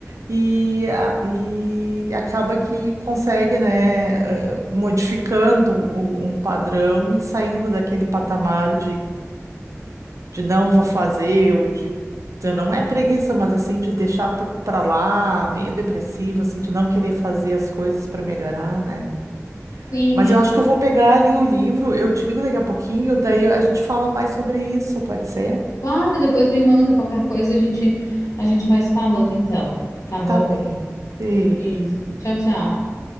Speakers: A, on the right; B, on the left.
A: e, a- e acaba que consegue, né, eh, modificando o- um padrão e saindo daquele patamar de não vou fazer, ou de, de não é preguiça, mas assim, de deixar por- pra lá, meio depressivo, assim, de não querer fazer as coisas pra melhorar, né?
B: Sim,
A: Mas eu acho que eu vou pegar ali o livro, eu te ligo daqui a pouquinho, daí a gente fala mais sobre isso, pode ser?
B: Claro, depois me manda qualquer coisa, a gente, a gente vai se falando então, tá bom?
A: Tá bem. Beijo.
B: Um beijo. Tchau, tchau.